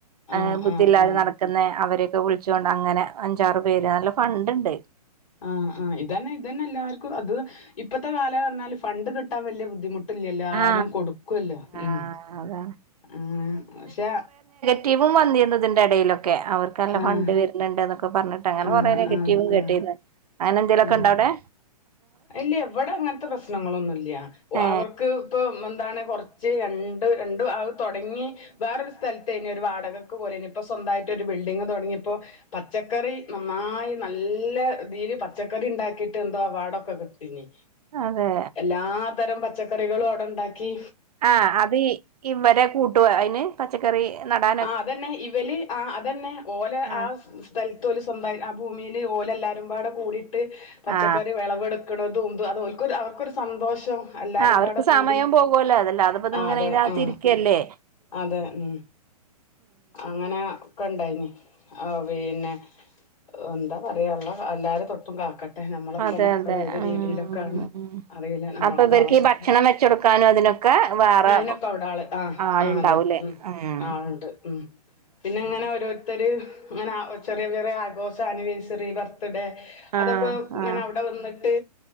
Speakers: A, on the right; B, on the left.
A: ഹ്
B: ആഹ്
A: ബുദ്ധില്ലാതെ
B: ആഹ് ആഹ്
A: നട ക്ക്ന്നെ അവരൊക്കെ വിളിച്ചോണ്ട് അങ്ങനെ അഞ്ചാറ് പേര് നല്ല ഫണ്ട്ണ്ട്
B: ആഹ് ആഹ് ഇതെന്നെ ഇതെന്നെ എല്ലാർക്കും അത് ഇപ്പത്തെ കാലം പർഞ്ഞാല് ഫണ്ട് കിട്ടാൻ വെല്യ ബുദ്ധിമുട്ട് ട്ട്ല്ലല്ലോ
A: ആ
B: ആരും കൊടുക്കല്ലോ
A: ആ
B: ഉം
A: അതാണ്
B: ആഹ് പക്ഷെ
A: റ്റീവും വന്നിന്നു ഇതിന്റെ എടേലൊക്കെ അവർക്കല്ല
B: ആഹ്
A: ഫണ്ട് വെര് ര്ണ് ണ്ട് ന്നൊക്കെ പർഞ്ട്ട് അങ്ങനെ
B: ആഹ്
A: കൊറെ നെഗറ്റീവും
B: ആഹ്
A: കേട്ടീന്നു
B: ആഹ്
A: അങ്ങനെന്തേലൊക്കെണ്ടോ
B: ആഹ്
A: വടെ
B: ഇല്ല ഇവടെ അങ്ങൻത്തെ പ്രശ്നങ്ങളൊന്നുംല്ല ഒ
A: ഏ
B: അവർക്ക് ഇപ്പം എന്താണ് കൊർച്ച് രണ്ട് രണ്ട് അത് തൊടങ്ങി വേറൊരു സ്ഥൽത്തേനി ഒരു വാടകക്ക് പൊരേനി ഇപ്പൊ സ്വന്തായിട്ടൊരു ബിൽഡിങ് തൊടങ്ങിപ്പോ പച്ചക്കറി നന്നായി നല്ല തീല് പച്ചക്കറിണ്ടാക്കിട്ടെന്തോ അവാടൊ ക്കെ കിട്ടീനി
A: അതെ
B: എല്ലാ തരം പച്ചക്കറികളും അവടെ ണ്ടാക്കി
A: ആഹ് അത് ഇവരെ കൂട്ടോ അയ്ന് പച്ചക്കറി നടാൻ
B: ആഹ് അതെന്നെ ഇവല് ആഹ് അതെന്നെ ഓലെ
A: ആ
B: ആഹ് സ്ഥലത്ത് ഓല് സ്വന്തായി ആ ഭൂമില് ഓലെല്ലാരുംപാടെ കൂടിട്ട് പച്ചക്കറി
A: ആ
B: വെളവെടുക്ക ക്ക്ണതും തും അതോൽക്കൊരു അവർക്കൊരു സന്തോഷം എല്ലാരുംപാടെ
A: ആഹ് അവർക്ക് സമയം
B: കൂടി
A: പോകുവല്ലോ അതല്ലാതെ ഇത്പ്പത്ങ്ങനെ
B: ആ അതെ
A: ഇതിനാത്ത്
B: ആ
A: രിക്കല്ലേ
B: അതെ ഉം അങ്ങനെ ഒക്കെ ണ്ടായിന് ആഹ് പിന്നെ എന്താ പറയാ അള്ള എല്ലാരെ തൊട്ടും കാക്കട്ടെ ട്ടെ നമ്മളൊക്കെ
A: അതെ
B: മക്കള്
A: അതെ
B: ഏത്
A: ഉം
B: രീതിയിലൊക്കാണ് അറില്ല നമ്മളൊക്കവസ്ഥ
A: അപ്പൊ ഇവർക്ക് ഈ ഭക്ഷണം വെച്ചൊടുക്കാനും അതിനൊക്കെ വേറെ
B: അയ്നൊക്കെവടെ ആള് ആ
A: ആളുണ്ടാവൂലേ
B: ആ അതെ ഉം
A: ഉം
B: ആ ണ്ട് ഉം പിന്നെങ്ങനെ ഒരോ ര്ത്തര് ങ്ങനെ ചെറിയ ചെറിയ ആഘോഷാനിവേഴ്സറി ബർത്ത്ഡേ
A: ആഹ്
B: അതൊക്കെ ങ്ങനവടെ
A: ആഹ്
B: വന്നിട്ട്